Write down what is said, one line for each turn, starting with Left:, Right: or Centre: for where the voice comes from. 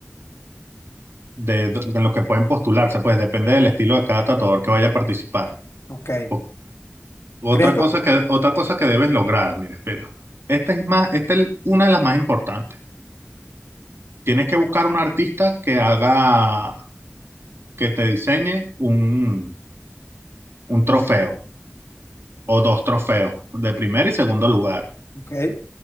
Right: de, do- en los que pueden postularse, pues depende del estilo de cada tatuador que vaya a participar.
Left: ok.
Right: O- otra
Left: ¿Crees que,
Right: cosa que, otra cosa que debes lograr, mira, espera. Esta es más, esta es una de las más importantes. Tienes que buscar un artista que haga, que te diseñe un, un trofeo o dos trofeos de primer y segundo lugar.
Left: ok,